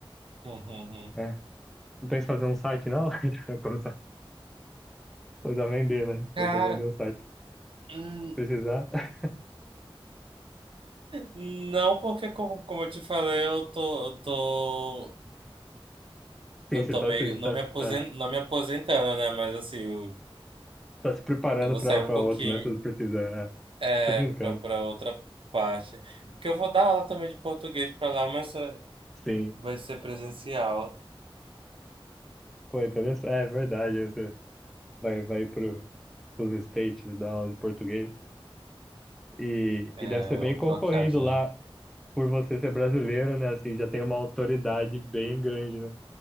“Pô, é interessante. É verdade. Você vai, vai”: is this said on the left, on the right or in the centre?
Centre